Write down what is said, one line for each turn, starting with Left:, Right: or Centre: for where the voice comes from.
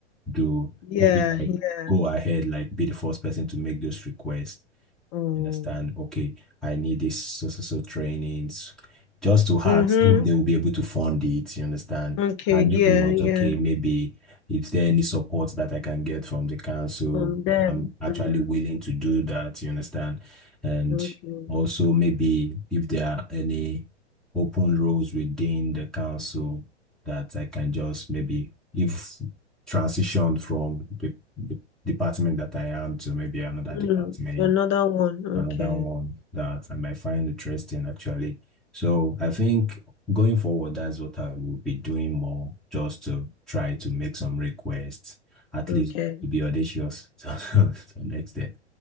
Centre: do.
Left: Yeah.
Centre: Maybe like
Left: Yeah.
Centre: go ahead, like be the first person to make those requests
Left: Oh.
Centre: Understand? Okay, I need this so so so trainings just to ask
Left: Mm-hmm.
Centre: if they will be able to fund it. You understand?
Left: Okay.
Centre: And
Left: Yeah.
Centre: if not,
Left: Yeah.
Centre: okay, maybe if there any support that I can get from the council,
Left: From them.
Centre: if I'm actually
Left: Mm.
Centre: willing to do that. You understand? And
Left: Okay.
Centre: also maybe if there are any open roles within the council that I can just maybe if transition from the, the department that I am to maybe another
Left: Mm.
Centre: department
Left: To another one.
Centre: another
Left: Okay.
Centre: one that I might find interesting actually. So I think going forward, that's what I will be doing more, just to try to make some requests, at
Left: Okay.
Centre: least to be audacious <laughs> to, to an extent,